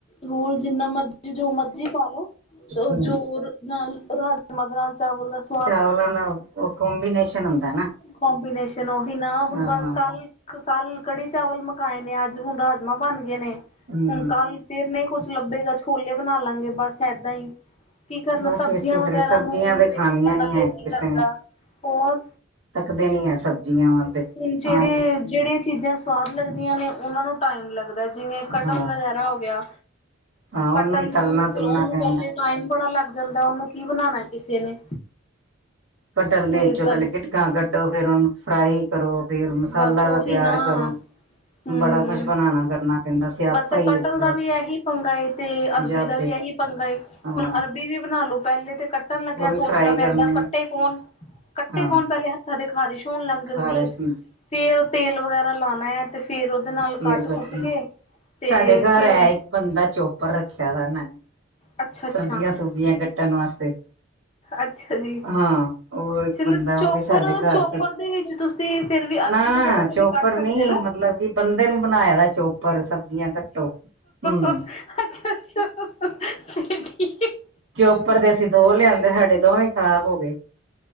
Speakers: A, on the left; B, on the right.
A: ਹੋਰ ਜਿੰਨਾ ਮਰਜ਼ੀ ਜੋ ਮਰਜ਼ੀ ਪਾਲੋ ਔਰ
B: ਹੂੰ
A: ਜੋਰ ਨਾਲ ਰਾਜਮਾ ਦੇ ਨਾਲ ਚਾਵਲ ਦਾ ਸਵ
B: ਚਾਵਲ ਨਾਲ ਓ ਕੋਬੀਨੇਸ਼ਨ ਹੁੰਦਾ ਨਾ।
A: ਕੋਬੀਨੇਸ਼ਨ‌ ਓਹੀ ਨਾ ਹੁਣ
B: ਹਾਂ
A: ਬਸ ਕੱਲ, ਕੱਲ ਕੜੀ ਚਾਵਲ ਮਕਾਏ ਨੇ ਅੱਜ, ਹੁਣ ਰਾਜਮਾ ਬਣ ਗਏ ਨੇ।
B: ਹੂੰ
A: ਹੁਣ ਕੱਲ ਫੇਰ ਨੀ ਕੁਛ ਲੱਭੇਗਾ। ਛੋਲੇ ਬਣਾ ਲਾਂਗੇ ਬਸ ਏਦਾਂ ਈ। ਕੀ ਕਰਨਾ
B: ਬਸ
A: ਸਬਜ਼ੀਆਂ
B: ਇਸੇ ਫਿਰ
A: ਵਗੈਰਾ
B: ਸਬਜ਼ੀਆਂ
A: ਨੂੰ
B: ਤੇ
A: ਵੇਖਣ
B: ਖਾਣੀਆਂ
A: ਦਾ ਦਿਲ
B: ਹੈ
A: ਨੀ
B: ਕਿਸੇ
A: ਕਰਦਾ।
B: ਨੇ
A: ਹੋਰ,
B: ਤੱਕਦੇ ਨੀ ਹੈ ਸਬਜ਼ੀਆਂ ਵੱਲ ਤੇ
A: ਹੁਣ ਜਿਹੜੇ
B: ਤਾਂ
A: ਜਿਹੜੀਆਂ ਚੀਜ਼ਾਂ ਸ ਸੁਆਦ ਲੱਗਦੀਆਂ ਨੇ ਓਨਾਂ ਨੂੰ ਟਾਈਮ ਲੱਗਦਾ ਜਿਵੇਂ ਕਟਲ,
B: ਹਾਂ
A: ਵਗੈਰਾ ਹੋ ਗਿਆ।
B: ਹਾਂ
A: ਕਟਲ
B: ਉਹਨੂੰ ਹੀ
A: ਨੂੰ
B: ਤਲਣਾ
A: ਫਿਰ
B: ਤੁਲਣਾ
A: ਓਨੂੰ
B: ਪੈਂਦਾ
A: ਪਹਿਲੇ ਟਾਈਮ ਬੜਾ ਲੱਗ ਜਾਂਦਾ। ਓਨੂੰ ਕੀ ਬਣਾਨਾ ਏ ਕਿਸੇ ਨੇ।
B: ਕੱਟਲ ਮੇ
A: ਤੇ
B: ਚੋਂ
A: ਗੱਲ
B: ਪਹਿਲੇ ਗਿਟਕਾਂ ਕੱਢੋ ਫੇਰ ਓਹਨੂੰ ਫਰਾਈ ਕਰੋ ਫੇਰ ਮਸਾਲਾ
A: ਬਸ ਉਹੀ
B: ਦਾ ਤਿਆਰ
A: ਨਾ
B: ਕਰੋ
A: ਹਮ
B: ਬੜਾ ਕੁਛ ਬਣਾਨਾ ਕਰਨਾ। ਪੈਂਦਾ ਸਿਆਪਾ
A: ਬਸ ਏ
B: ਹੀ
A: ਕਟਲ ਦਾ ਵੀ ਏਹੀ ਪੰਗਾ ਏ ਤੇ ਅਰਬੀ
B: ਜਾਦੇ
A: ਦਾ ਵੀ ਏਹੀ ਪੰਗਾ ਏ।
B: ਹਾਂ
A: ਹੁਣ ਅਰਬੀ ਵੀ ਬਣਾਲੋ ਪਹਿਲੇ ਤੇ ਕੱਟ ਕੱਟਣ ਲੱਗਿਆ
B: ਉਹ ਵੀ
A: ਸੋਚਣਾ
B: ਫਰਾਈ
A: ਪੈਂਦਾ
B: ਕਰਨੀ
A: ਕੱਟੇ ਕੌਣ ਕੱਟੇ
B: ਹਾਂ
A: ਕੌਣ ਪਹਿਲੇ ਹੱਥਾਂ ਤੇ ਖ਼ਾਰਿਸ਼ ਹੋਣ ਲੱਗ ਜਾਂਦੀ
B: ਖ਼ਾਰਸ਼
A: ਏ
B: ਹੁੰਦੀ
A: ਫੇਰ ਤੇਲ ਵਗੈਰਾ ਲਾਣਾ ਏ ਤੇ ਫੇਰ ਓਦੇ ਨਾਲ
B: ਫੇਰ
A: ਕੱਟ-ਕੁੱਟ
B: ਕੱਟਣੀ
A: ਕੇ। ਤੇ
B: ਸਾਡੇ ਘਰ
A: ਫੇਰ
B: ਐ ਇੱਕ ਬੰਦਾ ਚੋਪਰ ਰੱਖਿਆ ਹੋਇਆ ਮੈਂ।
A: ਅੱਛਾ ਅੱਛਾ
B: ਸਬਜ਼ੀਆਂ ਸੂਬਜ਼ੀਆਂ ਕੱਟਣ ਵਾਸਤੇ।
A: ਅੱਛਾ ਜੀ।
B: ਹਾਂ। ਓ ਇੱਕ
A: ਚਲ
B: ਬੰਦਾ
A: ਚੋਪਰ
B: ਸਾਡੇ ਘਰ
A: ਚੋਪਰ
B: <unintelligible>
A: ਦੇ ਵਿੱਚ ਤੁਸੀਂ ਫਿਰ ਵੀ ਅਰਬੀ
B: ਨਾ
A: ਵਗੈਰਾ ਤੇ
B: ਚੋਪਰ
A: ਨੀ ਕੱਟ
B: ਨੀ
A: ਸਕਦੇ ਨਾ।
B: ਮਤਲਬ ਕਿ ਬੰਦੇ ਨੂੰ ਬਣਾਇਆ ਦਾ ਚੋਪਰ ਸਬਜ਼ੀਆਂ ਕੱਟੋ, ਹੂੰ।
A: ਅੱਛਾ-ਅੱਛਾ। ਠੀ
B: ਚੋਪਰ ਦੇ ਅਸੀਂ ਦੋ ਲਿਆਂਦੇ ਸਾਡੇ ਦੋਵੇ ਈ ਖਰਾਬ ਹੋ ਗਏ,